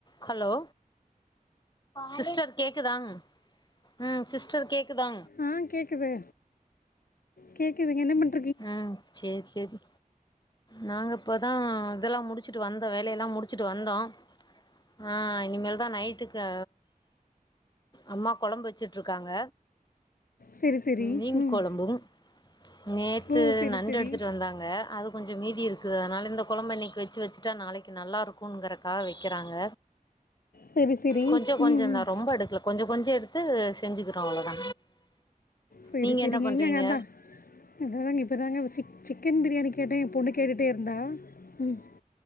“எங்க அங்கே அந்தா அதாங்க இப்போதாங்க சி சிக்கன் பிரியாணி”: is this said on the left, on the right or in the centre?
Left